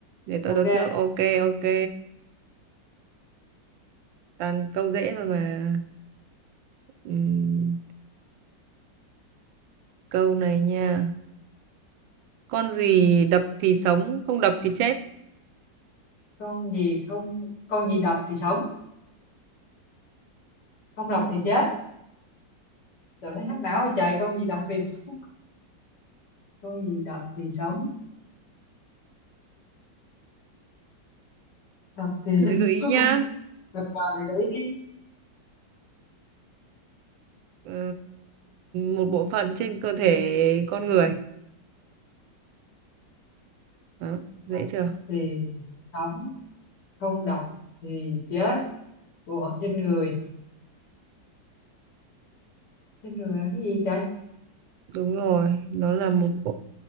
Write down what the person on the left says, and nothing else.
ok
con gì không con gì đập thì sống không đập thì chết trời thấy hack não rồi trời con gì đập thì sống con gì đập thì sống đập thì
sống
<laughs>
rồi rồi để ý đi
đập
thì sống không đập thì chết bộ phận trên người trên người là cái gì trời